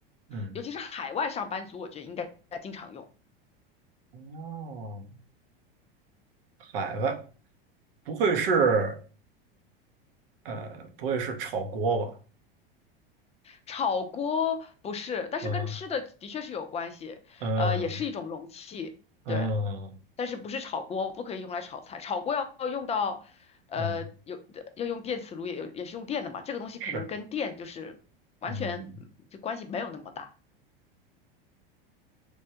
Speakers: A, on the right; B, on the left.
A: 嗯，
B: 尤其是海外上班族，我觉得应该经常用。
A: 哦，海外不会是呃，不会是炒锅吧？
B: 炒锅不是，但是跟吃的的确是有关系，
A: 嗯嗯
B: 呃，也是一种容器。
A: 嗯
B: 对，但是不是炒锅，不可以用来炒菜，炒锅要要用到，呃，
A: 嗯，
B: 有要用电磁炉，也有也是用电的嘛，这个东西可能跟电就是完全嗯就关系没有那么大，
A: 是，嗯。